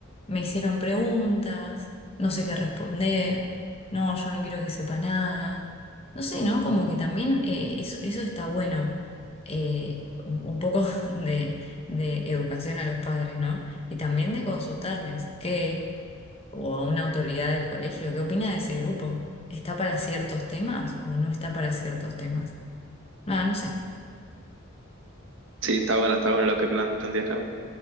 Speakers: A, on the left; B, on the right.
A: me hicieron preguntas, no sé qué responder, no, yo no quiero que sepa nada. No sé, ¿no? Como que también eh, eso, eso está bueno, eh, un un poco <laughs> de, de educación a los padres, ¿no? Y también de consultarles, que, o a una autoridad del colegio, ¿qué opina de ese grupo? ¿Está para ciertos temas o no está para ciertos temas? Nada, no sé.
B: Sí, está bueno, está bueno lo que plan, planteas, Cami.